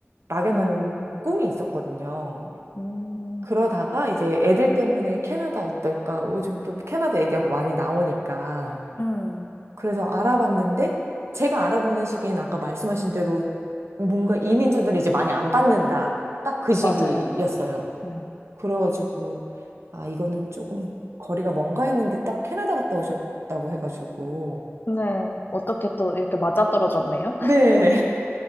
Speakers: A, on the right; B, on the left.
A: 막연한
B: 음.
A: 꿈이 있었거든요.
B: 음,
A: 그러다가 이제 애들 때문에 캐나다 어떨까? 어, 요즘 또 캐나다 얘기가 많이 나오니까.
B: 음,
A: 그래서 알아봤는데 제가 알아보는 시기엔 아까 말씀하신 대로 뭔가 이민자들이 이제 많이 안 받는다. 딱 그 시기였어요.
B: 맞아요. 음.
A: 그래가지고 아, 이거는 조금 거리가 먼가 했는데 딱 캐나다 갔다 오셨다고 해가지고.
B: 근데 어떻게 또 이렇게 맞아떨어졌네요?
A: 네.